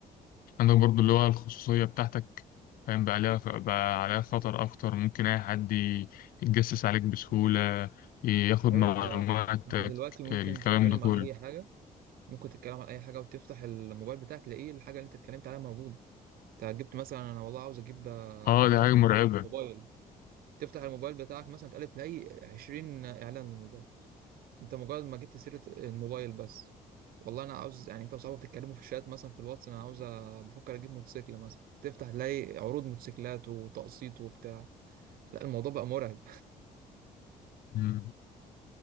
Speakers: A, on the left; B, on the right.
A: عندك برضو اللي هو الخصوصية بتاعتك فاهم بقى عليها بقى عليها خطر أكتر ممكن أي حد ي- يتجسس عليك بسهولة ياخد
B: ايوه
A: معلوماتك
B: انت انت دلوقتي ممكن
A: الكلام
B: تتكلم
A: ده كله
B: على اي حاجه ممكن تتكلم على اي حاجه وتفتح الموبايل بتاعك تلاقيه الحاجه اللي انت اتكلمت عليها موجوده انت جبت مثلا انا والله عاوز اجيب آه،
A: اه دي
B: عاوز
A: حاجة
B: اجيب
A: مرعبة
B: موبايل تفتح الموبايل بتاعك مثلا تقلب تلاقي 20 اعلان للموبايل انت مجرد ما جبت سيرة الموبايل بس والله انا عاوز يعني انت وصاحبك تتكلموا في الشات مثلا في الواتس انا عاوز أ- بفكر اجيب موتوسيكل مثلا تفتح تلاقي عروض موتوسيكلات وتقسيط وبتاع لا الموضوع بقى مرعب
A: مم.